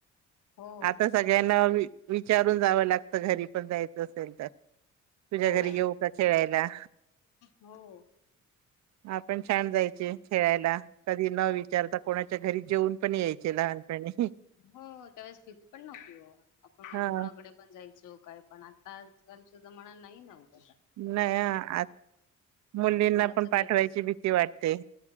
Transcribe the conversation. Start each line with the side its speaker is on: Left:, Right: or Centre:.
Left: हो
Right: आता सगळ्यांना विचारून जावं लागतं. घरी पण जायचं असेल, तर तुझ्या
Left: हो
Right: घरी येऊ का खेळायला?
Left: हो,
Right: आपण छान जायची,, खेळायला. कधी न विचारता कोणाच्या घरी जेऊन पण यायचे,, लहानपणी.
Left: हो, त्यावेेळेस भीती पण नव्हती ओ आपण म्हणजे
Right: हा
Left: कोणाकडे पण जायचो काय पण आता आजकालच्या जमणा नाही ना होत आता.
Right: नाही आता मुलींना
Left: ना मुलांचा
Right: पण पाठवायची
Left: तर
Right: भीती वाटते.